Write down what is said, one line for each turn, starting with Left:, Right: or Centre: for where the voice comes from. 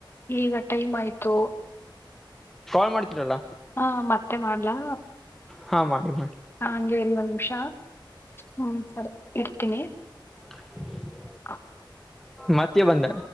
Left: ಈಗ ಟೈಮ್ ಆಯ್ತು
Centre: ಕಾಲ್ ಮಾಡ್ತೀರಲ್ಲ
Left: ಹಾ ಮತ್ತೆ ಮಾಡ್ಲಾ
Centre: ಹಾ ಮಾಡಿ ಮಾಡಿ
Left: ಹಂ್ೆ ಇಲ್ವ್ ನಿಮಿಷ ಹ್ಮ್ ಸರಿ ಇರ್ತೀನಿ
Centre: ಹ
Left: ಹ
Centre: ಮತ್ತಿ ಬಂದಾ